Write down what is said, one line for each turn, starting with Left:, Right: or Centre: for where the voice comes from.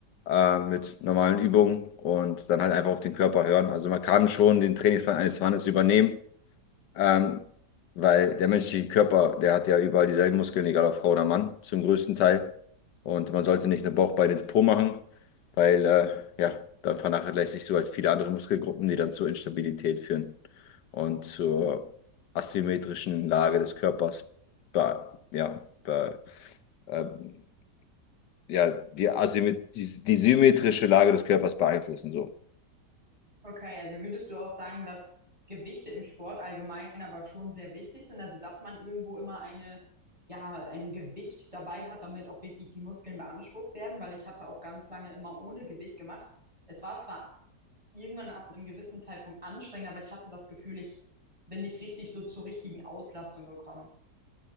Left: äh, mit normalen Übungen und dann halt einfach auf den Körper hören. Also man kann schon den Trainingsplan eines Mannes übernehmen, ähm, weil der menschliche Körper, der hat ja überall dieselben Muskeln, egal ob Frau oder Mann, zum größten Teil. Und man sollte nicht eine Bauchbeine Po machen, weil äh, ja, dann vernachlässigst du halt viele andere Muskelgruppen, die dann zur Instabilität führen und zur asymmetrischen Lage des Körpers. Be ja, be ähm, ja, die, asymmet die, die symmetrische Lage des Körpers beeinflussen. So.
Right: Okay, also würdest du auch sagen, dass Gewichte im Sport allgemein aber schon sehr wichtig sind, also dass man irgendwo immer eine, ja, ein Gewicht dabei hat, damit auch wirklich die Muskeln beansprucht werden, weil ich hatte auch ganz lange immer ohne Gewicht gemacht. Es war zwar irgendwann ab einem gewissen Zeitpunkt anstrengend, aber ich hatte das Gefühl, ich bin nicht richtig so zur richtigen Auslastung gekommen.